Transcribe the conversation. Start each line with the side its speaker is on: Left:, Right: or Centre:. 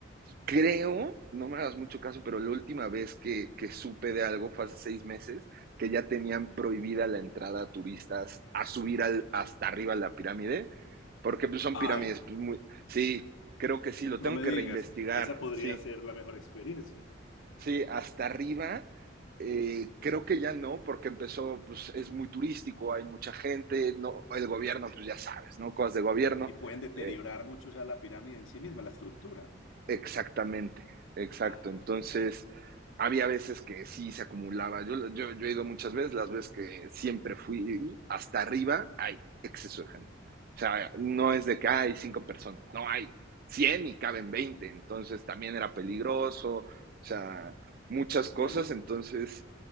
Right: Creo, no me hagas mucho caso, pero la última vez que, que supe de algo fue hace seis meses, que ya tenían prohibida la entrada a turistas a subir al, hasta arriba a la pirámide, porque pues, son
Left: Ay,
Right: pirámides. pues, muy, sí, creo que sí, lo
Left: no
Right: tengo
Left: me
Right: que
Left: digas,
Right: reinvestigar,
Left: esa podría
Right: sí,
Left: ser la mejor experiencia.
Right: sí, hasta arriba. eh, creo que ya no, porque empezó, pues es muy turístico, hay mucha gente, no, el gobierno, pues ya sabes, ¿no? Cosas de gobierno.
Left: Y pueden deteriorar
Right: eh,
Left: mucho ya la pirámide en sí misma, la estructura.
Right: Exactamente, exacto.
Left: Ah,
Right: Entonces,
Left: qué pesar.
Right: había veces que sí se acumulaba. Yo, yo, yo he ido muchas veces, las veces que siempre fui hasta arriba, hay exceso de gente. O sea, no es de que hay cinco personas, no hay 100 y caben 20. Entonces, también era peligroso, o sea, muchas
Left: Entiendo.
Right: cosas. Entonces,